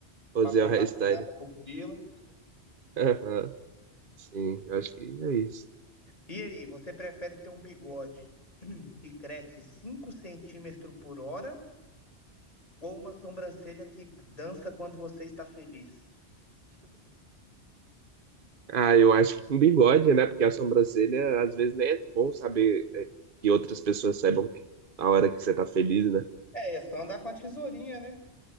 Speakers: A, on the right; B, on the left.
A: o
B: pra
A: Zé
B: contar
A: Hellstein.
B: piada pro gorila.
A: Aham, sim, eu acho que é isso.
B: E aí, você prefere ter um bigode <clears throat> que cresce 5 centímetros por hora ou uma sobrancelha que dança quando você está feliz?
A: Ah, eu acho que com bigode, né? Porque a sobrancelha, às vezes, nem é bom saber é, que outras pessoas saibam que- a hora que você tá feliz, né?
B: É, é só andar com a tesourinha, né?